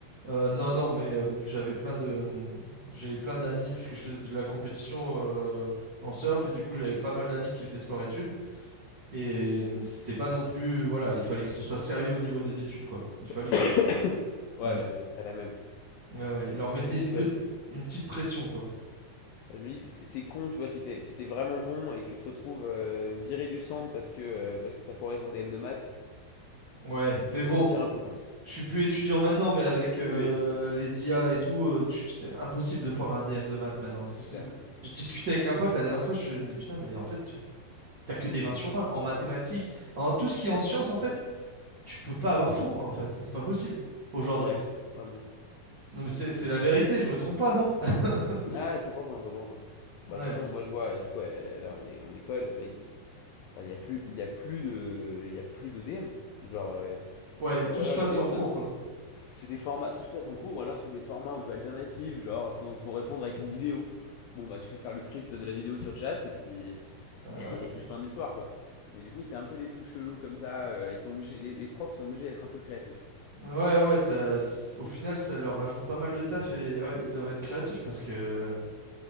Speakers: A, on the right (about 70°); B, on the left (about 80°).
A: euh, non, non, mais euh, j'avais plein de, euh, j'avais plein d'amis, puisque je faisais de la compétition euh, en surf, et du coup, j'avais pas mal d'amis qui faisaient sport-études. Et euh, c'était pas non plus, voilà, il fallait que ce soit sérieux au niveau des études, quoi. Il fallait
B: <coughs>
A: qu'il,
B: Ouais,
A: voilà, c-
B: bah, c'est à peu près la même.
A: ouais, ouais, il leur mettait
B: Bah, je me dis,
A: une,
B: tu
A: pe-
B: vois,
A: une petite pression, quoi.
B: Bah, je me dis, c'est c'est con, tu vois, si t'es si t'es vraiment bon et que tu te retrouves euh, viré du centre parce que, euh, parce que t'as foiré ton DM de maths,
A: Ouais,
B: tu, tu
A: mais
B: dois
A: bon,
B: te sentir un peu con.
A: je suis plus étudiant maintenant, mais avec euh,
B: Oui,
A: les IA et tout, euh, tu- c'est impossible de foirer un DM de maths maintenant. C'est-
B: certes.
A: c'est le- Je discutais avec un pote la dernière fois, je me dis, putain, mais en fait, t'as que des 20 sur 20 en mathématiques, en tout ce qui est en sciences, en fait, tu peux pas avoir faux, quoi, en fait. C'est pas possible aujourd'hui.
B: Ouais, vraiment.
A: Non, mais c'est c'est la vérité, je me trompe pas, non? <laughs>
B: Ah, cent pour cent cent pour pour cent Bah,
A: Ouais,
B: de toute
A: c'est-
B: façon, moi je vois, du coup, euh, là on est en école, mec, ils- enfin, il y a plus, il y a plus de, il y a plus de DM. Genre, euh,
A: ouais,
B: tu- ou
A: tout
B: alors
A: se passe
B: les DM
A: en cours,
B: maintenant c'est
A: quoi.
B: c'est des formats, tout se passe en cours, ou alors c'est des formats un peu alternatifs, genre faut, faut répondre avec une vidéo. Bon, bah tu fais faire le script de la vidéo sur chat et puis.
A: Ah
B: <laughs>
A: ouais,
B: Et puis fin d'histoire, quoi. Mais du coup, c'est un peu des trucs chelous comme ça. euh, ils sont obligés, les, les profs sont obligés d'être un peu créatifs.
A: ouais, ouais, ça, c'est- au final, ça leur rajoute pas mal de taf et ouais, ils doivent être créatifs parce que